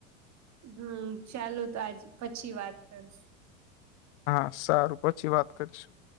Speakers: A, on the right (about 40°); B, on the left (about 60°).
A: હમ ચાલો તો આજ પછી વાત કરશુ.
B: હા સારું પછી વાત કરીશું.